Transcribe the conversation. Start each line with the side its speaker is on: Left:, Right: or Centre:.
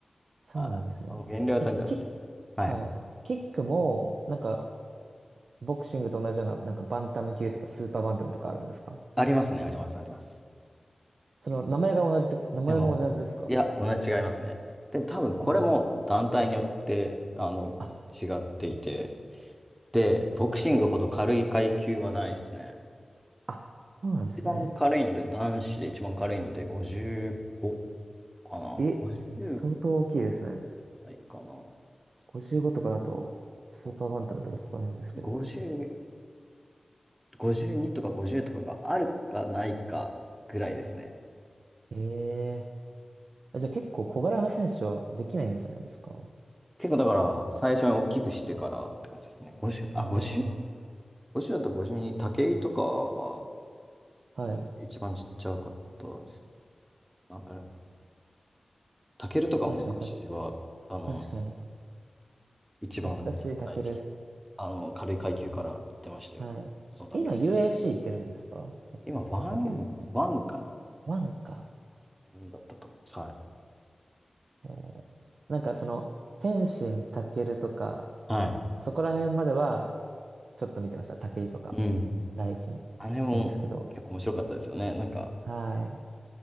Right: そうなんですね。
Centre: あ、減量はとにかく。
Right: え、キック、
Centre: はい
Right: はい。キックも、なんか、ボクシングと同じような、なんか、バンタム級とか、スーパーバンタムとかあるんですか
Centre: ありますね、あります、あります。
Right: その、名前が同じと、名前も同じですか
Centre: でも、いや、同じ、違いますね。でも多分これも団体によって、
Right: あ
Centre: あの、
Right: あ。あ、
Centre: 違っていて、
Right: そう
Centre: で、ボクシングほど軽い階級はないですね。
Right: あそうなんですね。
Centre: 一番軽いので、男子で一番軽いので55かな。
Right: え、
Centre: 50
Right: 相当大きいですね。
Centre: ないかな。
Right: 55とかだと、スーパーバンタムとかそこら辺ですけど。
Centre: あ50、52とか50とかがあるかないかぐらいですね。
Right: ええあじゃあ結構小柄な選手はできないんじゃないですか
Centre: 結構だから最初に大きくしてからって感じですね。50、
Right: あ
Centre: あ、50、50だと52、武井とかは
Right: あ、はい。
Centre: 一番ちっちゃかったですね。なんだろう、タケルとかも昔は、
Right: 確かに、た、
Centre: あの、
Right: 確かに。
Centre: 一番小さい、
Right: 懐かしい、タケル。
Centre: あの、軽い階級から行ってましたよね。
Right: はい。
Centre: どんどん上げて。
Right: 今 UFC 行ってるんですかたけ、
Centre: 今、ワン、
Right: たけるって。
Centre: ワンかな
Right: ワンか。
Centre: ワンだったと思います。はい。
Right: えーなんかその、天心たけるとか、
Centre: はい。
Right: そこら辺までは、ちょっと見てました。武井とか、
Centre: うん。
Right: ライジンなんですけど。
Centre: あれも結構面白かったですよね。なんか、
Right: はい。